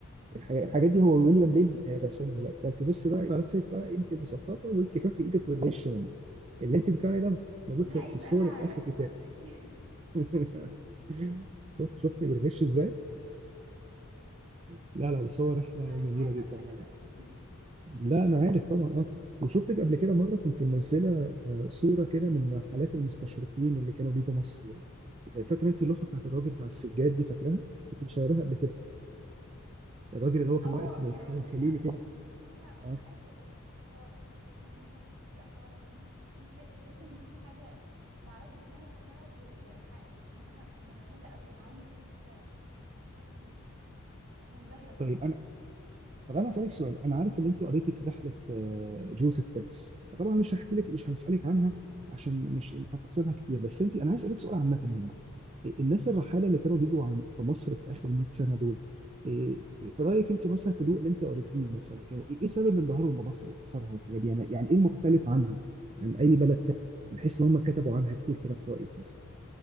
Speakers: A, on the right; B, on the right.
A: الحاجات... الحاجات دي هو ويليام بيل آه، رسمها دلوقتي فانت بص بقى على نفسك بقى انت مثقفه والكتاب في ايدك بتغش منه اللي انت بتتكلم عليه ده موجود
B: لا
A: في...
B: يبقى
A: في الصور
B: انا
A: اللي في اخر الكتاب
B: خدت بالي
A: <laughs> شفت شفت بتغش ازاي؟ لا لا بس هو
B: <laughs>
A: رحله
B: ما
A: جميله
B: انت عارف
A: جدا
B: انا بحب
A: يعني
B: الرسم
A: لا انا عارف طبعا اه وشفتك قبل كده مره كنت منزله صوره كده من رحلات المستشرقين اللي كانوا بيجوا مصر يعني. زي فاكره انت اللوحه بتاعت الراجل بتاع السجاد دي فاكراها؟ كنت مشاوراها قبل كده الراجل اللي هو كان
B: اه
A: واقف زي
B: كان
A: في خان
B: عجباني
A: الخليلي
B: قوي
A: كده
B: كان شكلها أص...
A: اه
B: عارف بت... اصاله تحس ان انت في في اصاله في في تح... تحس ان في حاجه معرفش بس انا شفتها ب... بح... بانها مميزه قوي انا عمري ما شفت حاجه رسمه كده كنت منبهرة بصراحة
A: طيب انا طب انا اسالك سؤال انا عارف ان انت قريتي رحله آه، جوزيف بيتس طبعا مش هحكي لك مش هسالك عنها عشان مش تفاصيلها كتير بس انت انا عايز اسالك سؤال عامه يعني إيه، الناس الرحاله اللي كانوا بيجوا عن- في مصر في اخر 100 سنه دول إيه- إيه، في رايك انت مثلا في ضوء اللي انت قريتيه مثلا كان ايه إيه سبب انبهارهم بمصر واثارها والحاجات دي يعني يعني ايه المختلف عنها عن اي بلد تاني بحيث ان هم كتبوا عنها كتير كده في رايك مثلا